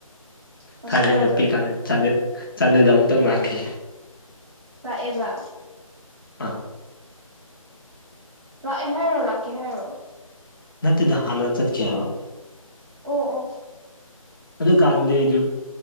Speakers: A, on the right; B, on the left.
A: ꯍꯣꯁꯇꯦꯜꯗ
B: ꯊꯥꯏꯅ ꯑꯩꯅ ꯄꯤꯛꯏꯤꯀꯥꯟꯗ ꯆꯥꯟꯗꯦꯜꯗ ꯑꯃꯨꯛꯇꯪ ꯂꯥꯛꯈꯤ
A: ꯂꯥꯛꯑꯦꯕ
B: ꯑꯥ
A: ꯂꯥꯛꯑꯦ ꯍꯥꯏꯔꯣ ꯂꯥꯛꯀꯦ ꯍꯥꯏꯔꫭ
B: ꯅꯠꯇ‌ꯦꯗ ꯍꯥꯟꯅ ꯆꯠꯈꯤ ꯍꯥꯏꯕ
A: ꯑꫭ ꯑꫭ
B: ꯑꯗꯨ ꯀꯥꯟꯗꯗꯤ ꯑꯩꯖꯨ